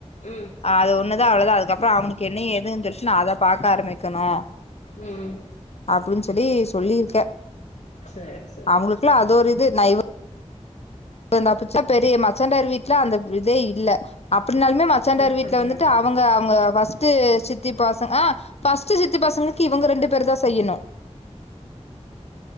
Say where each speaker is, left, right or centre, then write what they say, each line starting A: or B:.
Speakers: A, on the left; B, on the left.
A: ம்
B: அது ஒண்ணுா தா அவ்ளே தா அதுக்கப்புறோ அவனுக்கு எனன ஏதுன்னு செல்லிட்டு நா அத பாக்க்க ஆரம்பிக்கனோ
A: ம்
B: அப்பிடின்னு சொல்லி சொல்லிருக்கே
A: சேர் செ
B: அவூங்க்ளூக்கெல்லா அது ஒரு இது நா இவெ இந்த அப்புட்ச்சா பெரிய மச்சான்டார் வீட்ல அந்த இதே இல்ல அப்பிடின்னாலுமே மச்சான்டார்
A: பிரச்சனையே
B: வீட்ல வந்துட்டு
A: இல்ல
B: அவெங் ங்க ‌அவங்க ஃபர்ஸ்ட் சித்தி பசங்கஹ ஃபர்ஸ்ட் சித்தி பாசங்களுக்கு இவங்க ரெண்டு பேரு தா செய்யனோ